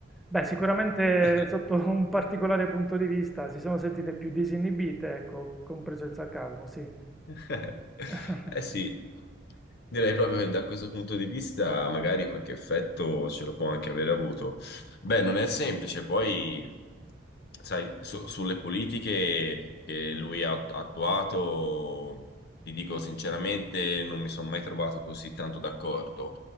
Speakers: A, in the centre; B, on the left.
A: Beh, sicuramente
B: <laughs>
A: sotto un particolare punto di vista si sono sentite più disinibite, ecco, compreso il sarcasmo, sì.
B: Eh
A: <laughs>
B: eh sì, direi proprio che da questo punto di vista magari qualche effetto ce lo può anche aver avuto. Beh, non è semplice, poi sai, su- sulle politiche che lui ha attuato, ti dico sinceramente, non mi sono mai trovato così tanto d'accordo.